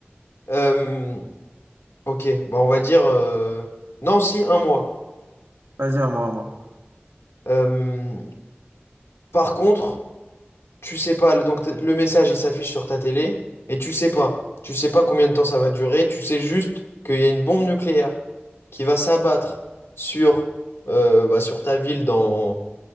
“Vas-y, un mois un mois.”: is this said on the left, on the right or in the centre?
Right